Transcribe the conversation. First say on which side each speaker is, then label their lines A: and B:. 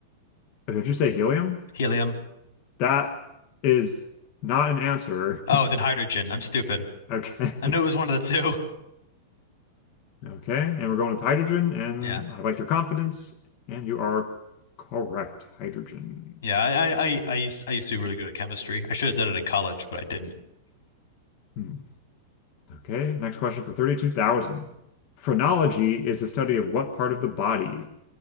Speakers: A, on the left (about 35°); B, on the left (about 80°).
A: Oh, Did you say helium?
B: helium.
A: That is not an answer.
B: Oh,
A: <laughs>
B: then hydrogen. I'm stupid.
A: Okay.
B: I knew
A: <laughs>
B: it was one of the two. <laughs>
A: Okay. And we're going with hydrogen, and
B: Yeah.
A: I like your confidence, and you are correct. Hydrogen.
B: Yeah, I, I, I used I used to be really good at chemistry. I should have done it in college, but I didn't.
A: Hmm. Okay, next question for 32,000. Phrenology is the study of what part of the body?